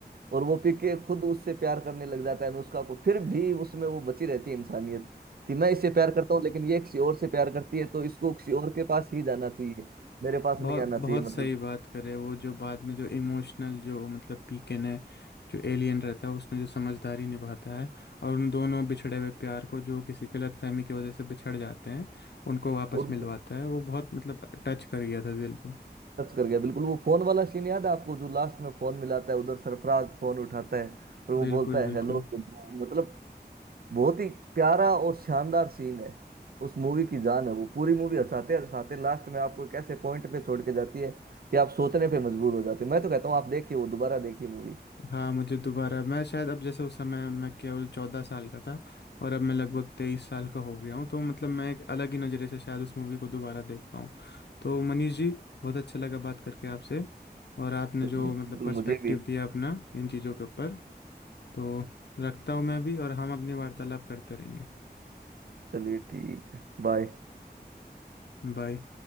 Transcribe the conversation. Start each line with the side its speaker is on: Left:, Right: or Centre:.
Right: और वो पीके खुद उससे प्यार करने लग जाता है अनुष्का को फिर भी उसमें वो बची रहती है इंसानियत कि मैं इससे प्यार करता हूँ लेकिन ये किसी और से प्यार करती है तो इसको किसी और के पास ही जाना चाहिए मेरे पास
Left: बहुत
Right: नहीं आना चाहिए
Left: बहुत
Right: मतलब
Left: सही बात करे वो जो बाद में जो इमोशनल जो मतलब पीकन है जो एलियन रहता है उसने जो समझदारी निभाता है और उन दोनों बिछड़े हुए प्यार को जो किसी गलतफहमी की वजह से बिछड़ जाते हैं उनको वापस
Right: और
Left: मिलवाता है वो बहुत मतलब टच कर गया था दिल को
Right: टच कर गया बिल्कुल वो फोन वाला सीन याद है आपको जो लास्ट में फोन मिलाता है उधर सरफराज फोन उठाता है और वो
Left: बिल्कुल
Right: बोलता है
Left: बिल्कुल
Right: हेलो मतलब बहुत ही प्यारा और शानदार सीन है उस मूवी की जान है वो पूरी मूवी हंसाते हंसाते लास्ट में आपको एक ऐसे पॉइंट पे छोड़ के जाती है कि आप सोचने पे मजबूर हो जाते हो मैं तो कहता हूँ आप देखिए वो दोबारा देखिए मूवी
Left: हाँ मुझे दोबारा मैं शायद अब जैसे उस समय मैं केवल चौदह साल का था और अब मैं लगभग तेईस साल का हो गया हूँ तो मतलब मैं एक अलग ही नज़रिए से शायद उस मूवी को दोबारा देख पाऊँ तो मनीष जी बहुत अच्छा लगा बात करके आपसे और आपने
Right: चलिए
Left: जो
Right: बिल्कुल
Left: मतलब पर्सपेक्टिव
Right: मुझे भी
Left: दिया अपना इन चीज़ों के ऊपर तो रखता हूँ मैं भी और हम अपनी वार्तालाप करते रहेंगे
Right: चलिए ठीक है बाय
Left: बाय